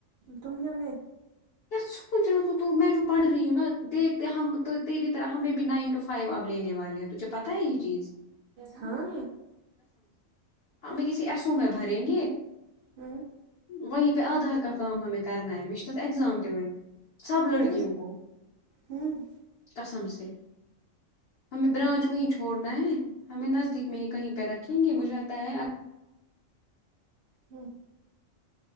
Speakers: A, on the right; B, on the left.
A: تمیا میں
B: سوچ رہا تو میں جو پڑھ رہی ہوں نا دیکھتے ہم تیری طرح ہم بھی نائن ٹو فائیو اب لینے والے ہیں تجھے پتہ ہے یہ چیز
A: ہاں
B: ہم میں کسی ایسو میں بھریں گے
A: ہوں
B: و وہ یہ پہ آدھار ک کا ہما میں کرنا م میں چ ت ایگزام ٹ میں سب
A: ہوں
B: لڑکیوں کو
A: ہوں
B: کسم سے ہمیں برانچ وہیں چھوڑنا ہے ہمیں نزدیک میں ہی کہیں پہ رکھیں گے مجھے رہتا ہے
A: ہوں